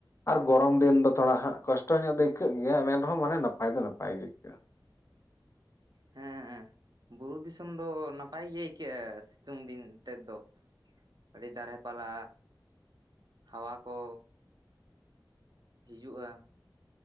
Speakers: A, on the left; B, on the right.
A: ᱟᱨ ᱜᱚᱨᱚᱢ ᱫᱤᱱ ᱫᱚ ᱛᱷᱚᱨᱟ ᱦᱟᱸᱜ ᱠᱚᱥᱴᱚ ᱧᱚᱜ ᱫᱚ ᱟᱹᱭᱠᱟᱹᱜ ᱜᱮᱭᱟ ᱢᱮᱱ ᱨᱮᱦᱚᱸ ᱢᱟᱱᱮ ᱱᱟᱯᱟᱭ ᱫᱚ ᱱᱟᱯᱟᱭ ᱜᱮ ᱟᱹᱭᱠᱟᱹᱜᱼᱟ᱾
B: ᱦᱮᱸ, ᱵᱩᱨᱩ ᱫᱤᱥᱚᱢ ᱫᱚ ᱱᱟᱯᱟᱭ ᱜᱮ ᱟᱹᱭᱠᱟᱹᱜᱼᱟ ᱥᱤᱛᱩᱝ ᱫᱤᱱ ᱛᱮᱫ ᱫᱚ᱾ ᱟᱹᱰᱤ ᱫᱟᱨᱮ ᱯᱟᱞᱟ ᱦᱟᱣᱟ ᱠᱚ ᱦᱤᱡᱩᱜᱼᱟ᱾